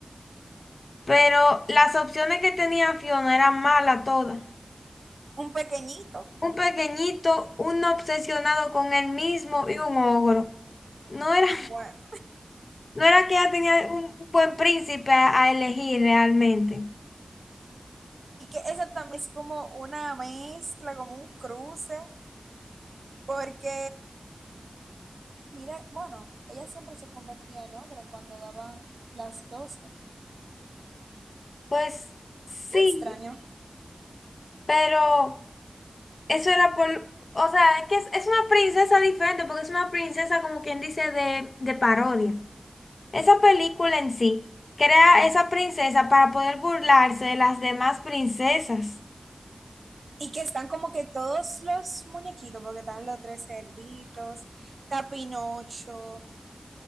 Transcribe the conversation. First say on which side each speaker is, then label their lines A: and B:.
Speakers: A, on the left; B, on the right.
A: Pero las opciones que tenía Fiona eran malas todas.
B: Un pequeñito,
A: Un pequeñito, un obsesionado con él mismo y un ogro. No era
B: bueno.
A: No era que ella tenía un un buen príncipe a a elegir realmente.
B: Y que esa también es como una mezcla, como un cruce, porque, mira, bueno, ella siempre se convertía en ogro cuando daban las 12. No
A: Pues sí,
B: extraño.
A: pero eso era por, o sea, es que es, es una princesa diferente porque es una princesa como quien dice de, de parodia. Esa película en sí crea esa princesa para poder burlarse de las demás princesas.
B: Y que están como que todos los muñequitos, porque están los tres cerditos, está Pinocho,